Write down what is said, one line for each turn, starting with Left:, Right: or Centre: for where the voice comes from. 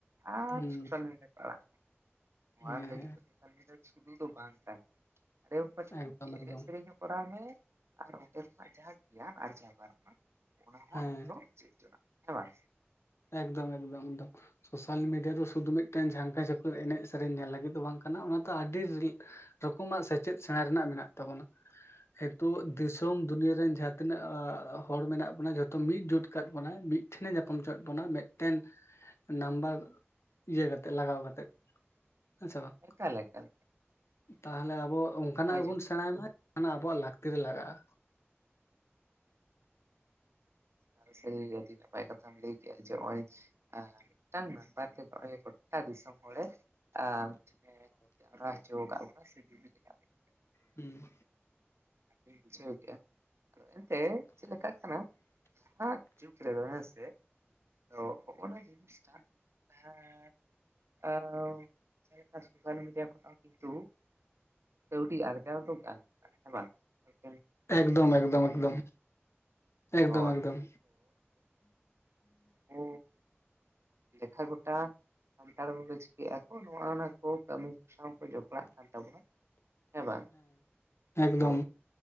Right: ᱟᱨ
Left: ᱦᱩᱸ
Right: ᱥᱳᱥᱟᱞ ᱢᱤᱰᱤᱭᱟ ᱠᱚ ᱟᱲᱟᱜ ᱮᱫᱟ᱾ ᱱᱚᱣᱟ
Left: ᱦᱮᱸ
Right: ᱞᱟᱹᱜᱤᱫ
Left: ᱦᱮᱸ
Right: ᱫᱚ ᱥᱳᱥᱟᱞ ᱢᱤᱰᱤᱭᱟ ᱥᱩᱫᱩ ᱫᱚ ᱵᱟᱝ ᱠᱟᱱᱟ, ᱟᱨᱮ <unintelligible>
Left: ᱮᱠᱫᱚᱢ ᱮᱠᱫᱚᱢ
Right: ᱮᱱᱮᱡ, ᱥᱮᱨᱮᱧᱟ ᱠᱚᱨᱟᱣ ᱢᱮ ᱟᱨ ᱚᱸᱰᱮ ᱠᱷᱚᱱᱟᱜ ᱡᱟᱦᱟᱸ ᱜᱮᱭᱟᱱ ᱟᱨᱡᱟᱣ ᱜᱟᱱᱚᱜ-ᱟ ᱚᱱᱟ ᱦᱚᱸ
Left: ᱦᱮᱸ
Right: ᱟᱡ ᱫᱚ ᱪᱮᱫ ᱡᱚᱱᱟᱜ ᱠᱟᱱᱟ, ᱦᱮᱸ ᱵᱟᱝ?
Left: ᱮᱠᱫᱚᱢ ᱮᱠᱫᱚᱢ ᱮᱠᱫᱚᱢ᱾ ᱥᱳᱥᱟᱞ ᱢᱤᱰᱤᱭᱟ ᱫᱚ ᱥᱩᱫᱷᱩ ᱢᱤᱫᱴᱮᱱ ᱡᱷᱟᱝᱠᱟ ᱡᱷᱟᱠᱩᱨ ᱮᱱᱮᱡ ᱥᱮᱨᱮᱧ ᱧᱮᱞ ᱞᱟᱹᱜᱤᱫ ᱫᱚ ᱵᱟᱝ ᱠᱟᱱᱟ᱾ ᱚᱱᱟ ᱫᱚ ᱟᱹᱰᱤ ᱨᱤᱞ ᱨᱚᱠᱚᱢᱟᱜ ᱥᱮᱪᱮᱫ ᱥᱮᱬᱟ ᱨᱮᱱᱟᱜ ᱢᱮᱱᱟᱜ ᱛᱟᱵᱚᱱᱟ᱾ ᱦᱤᱛᱳᱜ ᱫᱤᱥᱚᱢ ᱫᱩᱱᱭᱟᱹ ᱨᱮᱱ ᱡᱟᱦᱟᱸ ᱛᱤᱱᱟᱹᱜ ᱦᱚᱲ ᱢᱮᱱᱟᱜ ᱵᱚᱱᱟ ᱡᱷᱚᱛᱚ ᱢᱤᱫ ᱡᱳᱴ ᱠᱟᱫ ᱵᱚᱱᱟᱭ, ᱢᱤᱫ ᱴᱷᱮᱱᱮ ᱧᱟᱯᱟᱢ ᱟᱠᱟᱫ ᱵᱚᱱᱟ, ᱢᱮᱫᱴᱮᱱ ᱱᱟᱢᱵᱟᱨ ᱤᱭᱟᱹ ᱠᱟᱛᱮᱫ ᱞᱟᱜᱟᱣ ᱠᱟᱛᱮᱫ᱾ ᱦᱮᱸ ᱥᱮ ᱵᱟᱝ᱾
Right: ᱮᱠᱟᱞ ᱮᱠᱟᱞ
Left: ᱛᱟᱦᱞᱮ ᱟᱵᱚ ᱚᱝᱠᱟᱱᱟᱜ
Right: ᱱᱚᱜᱼᱚᱭ
Left: ᱜᱮᱵᱚᱱ
Right: ᱡᱮ
Left: ᱥᱮᱬᱟᱭ ᱢᱟ᱾ ᱚᱱᱟ ᱟᱵᱚᱣᱟᱜ ᱞᱟᱹᱠᱛᱤ ᱨᱮ ᱞᱟᱜᱟᱜ-ᱟ᱾
Right: ᱟᱫᱚ ᱥᱟᱹᱨᱩ ᱜᱮ ᱟᱹᱰᱤ ᱱᱟᱯᱟᱭ ᱠᱟᱛᱷᱟᱢ ᱞᱟᱹᱭ ᱠᱮᱜᱼᱟ ᱡᱮ ᱦᱚᱸᱜ-ᱚᱭ, ᱟᱸᱻ ᱢᱤᱫᱴᱟᱝ ᱱᱟᱯᱟᱭ ᱛᱮ ᱦᱚᱲᱮ ᱜᱚᱴᱴᱟ ᱫᱤᱥᱚᱢ ᱦᱚᱲᱮ ᱟᱻ ᱢᱤᱫ ᱴᱷᱮᱱᱮ ᱡᱟᱣᱨᱟ ᱦᱚᱪᱚ ᱟᱠᱟᱫ ᱵᱚᱱᱟ ᱥᱮ ᱡᱩᱢᱤᱫ ᱟᱠᱟᱫ ᱵᱚᱱᱟ᱾
Left: ᱦᱩᱸ᱾
Right: ᱟᱫᱚᱧ ᱵᱩᱡᱷᱟᱹᱣ ᱠᱮᱜ-ᱟ, ᱟᱫᱚ ᱮᱱᱛᱮ ᱪᱮᱫᱮᱠᱟᱜ ᱠᱟᱱᱟ? ᱱᱟᱦᱟᱜ ᱡᱩᱜᱽ ᱨᱮᱫᱚ ᱦᱮᱸᱥᱮ ᱛᱚ, ᱦᱚᱸᱜ-ᱚᱱᱟ ᱡᱤᱱᱤᱥ ᱴᱟᱜ᱾ ᱡᱟᱦᱟᱸ <unintelligible> ‌ᱪᱮᱫᱞᱮᱠᱟ ᱥᱳᱥᱟᱞ ᱢᱤᱰᱤᱭᱟ ᱠᱷᱚᱱᱟᱜ ᱦᱚᱸ ᱠᱤᱱᱛᱩ ᱠᱟᱹᱣᱰᱤ ᱟᱨᱡᱟᱣ ᱫᱚ ᱜᱟᱱᱜ ᱠᱟᱱᱟ ᱦᱮᱸ ᱵᱟᱝ ᱥᱳᱭᱫᱳᱢ᱾
Left: ᱮᱠᱫᱚᱢ ᱮᱠᱫᱚᱢ ᱮᱠᱫᱚᱢ᱾ ᱮᱠᱫᱚᱢ
Right: ᱦᱳᱭ
Left: ᱮᱠᱫᱚᱢ᱾
Right: ᱚ, ᱮᱸᱜ ᱞᱮᱠᱷᱟ ᱜᱚᱴᱟ ᱥᱟᱱᱛᱟᱲ ᱠᱚᱜᱮ ᱪᱤᱠᱟᱹᱭᱮᱜ-ᱟ ᱠᱚ ᱱᱚᱣᱟ ᱚᱱᱟ ᱠᱚ ᱠᱟᱹᱢᱤ ᱠᱚ ᱥᱟᱶ ᱠᱚ ᱡᱚᱯᱲᱟᱜ ᱠᱟᱱ ᱛᱟᱵᱚᱱᱟ ᱦᱮᱸ ᱵᱟᱝ?
Left: ᱮᱠᱫᱚᱢ
Right: ᱟᱫᱚ